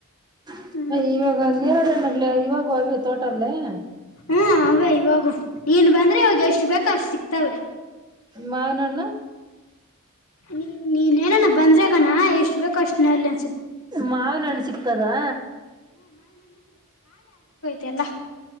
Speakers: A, on the right; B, on the left.
A: <inaudible>
B: ಹ್ಮ್
A: ಅಯ್ಯೋ ಹನ್ನೆರಡು ಇವಾಗ ಅವಿ ತೋಟಲ್ಲೇ ಹ
B: ಹಾ ಅವ ಇವಾಗು ನೀನ್ ಬಂದ್ರೆ ಇವಾಗ ಎಷ್ಟು ಬೇಕ ಅಷ್ಟು ಸಿಕ್ತವೆ
A: ಮಾವನ್ಣ
B: ನೀ ನೀನ್ನನ ಬಂದ್ರಗಣ ಎಷ್ಟು ಬೇಕು ಅಷ್ಟನ ಅಲ್ಲಿ
A: ಮಾವಿನ ಹಣ್ಣು ಸಿಕ್ಕದಾ
B: ತೆಲ